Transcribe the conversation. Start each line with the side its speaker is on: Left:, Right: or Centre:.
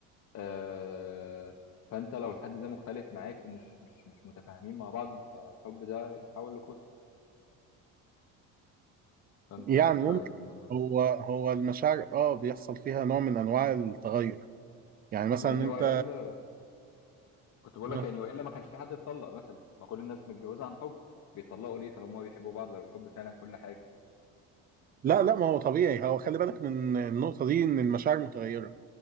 Left: آه فانت لو الحد ده مختلف معاك ومش مش مش متفاهمين مع بعض فالحب ده يتحول لكره فانت
Right: يعني
Left: ايه
Right: ممكن
Left: رايك في الموضوع ده
Right: هو هو المشاعر اه بيحصل فيها نوع من انواع التغير يعني مثلا
Left: يعني
Right: انت
Left: والا كنت بقول لك
Right: آه.
Left: يعني والا ما كانش في حد اتطلق مثلا ما كل الناس متجوزه عن حب بيتطلقوا ليه طالما هما بيحبوا بعض لو الحب فعلا كل حاجه
Right: لا لا ما هو طبيعي هو خلي بالك من النقطة دي ان المشاعر متغيرة